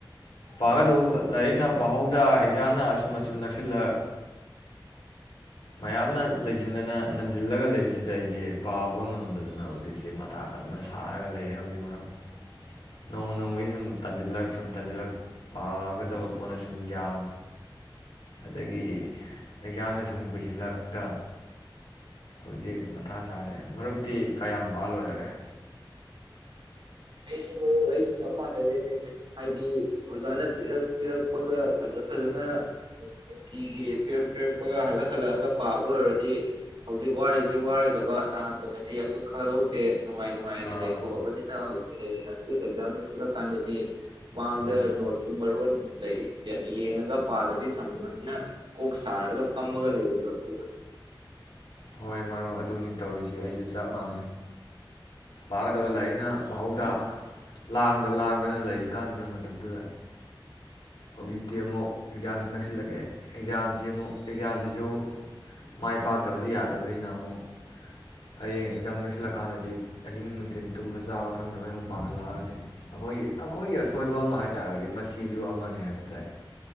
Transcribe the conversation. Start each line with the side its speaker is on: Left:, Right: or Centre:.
Left: ꯄꯥꯒꯗꯧꯕ ꯂꯥꯏꯔꯤꯛꯅ ꯄꯥꯍꯧꯗ ꯑꯦꯛꯖꯥꯝꯅ ꯑꯁꯨꯝ ꯑꯁꯨꯝ ꯅꯛꯁꯤꯜꯂꯒ ꯃꯌꯥꯝꯅ ꯂꯩꯁꯤꯟꯗꯅ ꯅꯟꯁꯤꯜꯂꯒ ꯂꯩꯕꯁꯤꯗ ꯑꯩꯁꯦ ꯄꯥꯕ ꯉꯝꯗꯗꯅ ꯍꯧꯖꯤꯛꯁꯦ ꯃꯊꯥ ꯀꯟꯅ ꯁꯥꯔꯒ ꯂꯩꯔꯦ ꯍꯧꯗꯤ ꯃꯔꯨꯞ ꯅꯣꯡꯃ ꯅꯣꯡꯃꯩ ꯁꯨꯝ ꯇꯟꯁꯤꯜꯂꯛ ꯁꯨꯝ ꯇꯟꯁꯤꯜꯂꯛ ꯄꯥꯒꯗꯕ ꯄꯣꯠꯅ ꯁꯨꯝ ꯌꯥꯝ ꯑꯗꯒꯤ ꯑꯦꯛꯖꯥꯝꯅ ꯁꯨꯝ ꯀꯨꯁꯤꯜꯂꯛꯇ ꯍꯧꯖꯤꯛ ꯃꯊꯥ ꯁꯥ ꯂꯩꯔꯦ ꯃꯔꯨꯞꯇꯤ ꯀꯌꯥꯝ ꯐꯥ ꯂꯣꯏꯔꯒꯦ
Right: ꯑꯩꯁꯨ ꯑꯩꯁꯨ ꯆꯞ ꯃꯥꯟꯅꯔꯤꯅꯤꯅꯦ ꯍꯥꯏꯗꯤ ꯑꯣꯖꯥꯅ ꯄꯤꯔꯛ ꯄꯤꯔꯛꯄꯒ ꯐꯖ ꯐꯖꯅ ꯅꯨꯡꯇꯤꯒꯤ ꯄꯤꯔꯛ ꯄꯤꯔꯛꯄꯒ ꯍꯜꯂꯛ ꯍꯜꯂꯛꯑꯒ ꯄꯥꯕ ꯑꯣꯏꯔꯗꯤ ꯍꯧꯖꯤꯛ ꯋꯥꯔꯤꯁꯤ ꯋꯥꯔꯣꯏꯗꯕ ꯅꯍꯥꯟꯇꯅꯗꯤ ꯑꯗꯨ ꯈꯪꯍꯧꯗꯦ ꯅꯨꯡꯉꯥꯏ ꯅꯨꯡꯉꯥꯏꯅ
Left: ꯑꯥ
Right: ꯂꯩꯊꯣꯛꯑꯕꯅꯤꯅ ꯍꯧꯖꯤꯛ ꯍꯌꯦꯡꯁꯤ ꯑꯦꯛꯖꯥꯝꯗꯁꯤꯜꯂꯀꯥꯟꯗꯗꯤ ꯃꯥꯡꯗ
Left: ꯎꯝ
Right: ꯅꯣꯠꯇꯨ ꯃꯔꯣꯟ ꯂꯩ ꯌꯦꯡꯉꯒ ꯄꯥꯗꯕꯤ ꯊꯝꯃꯅꯤꯅ ꯀꯣꯛ ꯁꯥꯔꯒ ꯐꯝꯃꯒ ꯂꯩꯕꯣ ꯀꯁꯨ
Left: ꯍꯣꯏ ꯃꯔꯨꯞ ꯑꯗꯨꯅꯤ ꯇꯧꯔꯤꯁꯤꯦ ꯑꯩꯁꯨ ꯆꯞ ꯃꯥꯟꯅꯩ ꯄꯥꯒꯗꯕ ꯂꯥꯏꯔꯤꯛꯅ ꯃꯍꯧꯗ ꯂꯥꯡꯗ ꯂꯥꯡꯗꯅ ꯂꯩꯔꯤ ꯀꯥꯟꯗꯕ ꯃꯇꯝꯗꯨꯗ ꯍꯧꯖꯤꯛꯇꯤ ꯑꯃꯨꯛ ꯑꯦꯛꯖꯥꯝꯁꯨ ꯅꯛꯁꯤꯜꯂꯛꯑꯦ ꯑꯦꯛꯖꯥꯝꯁꯤ ꯑꯃꯨꯛ ꯑꯦꯛꯖꯥꯝꯁꯤꯁꯨ ꯃꯥꯏ ꯄꯥꯛꯇꯕꯗꯤ ꯌꯥꯗꯕꯅꯤꯅ ꯑꯃꯨꯛ ꯍꯌꯦꯡ ꯑꯦꯛꯖꯥꯝ ꯅꯛꯁꯤꯜꯂꯛꯀꯥꯟꯗꯗꯤ ꯑꯍꯤꯡ ꯅꯨꯡꯊꯤꯟꯜ ꯇꯨꯝꯕ ꯆꯥꯕ ꯈꯪꯗꯕꯩ ꯃꯨꯝꯛ ꯄꯥꯈꯠꯂꯛꯑꯒꯅꯤ ꯑꯩꯈꯣꯏꯒꯤ ꯑꯩꯈꯣꯏꯒꯤ ꯑꯁꯣꯏꯕ ꯑꯃ ꯍꯥꯏ ꯇꯥꯔꯒꯗꯤ ꯃꯁꯤꯁꯨ ꯑꯃꯅꯦ ꯍꯥꯏꯕ ꯇꯥꯏ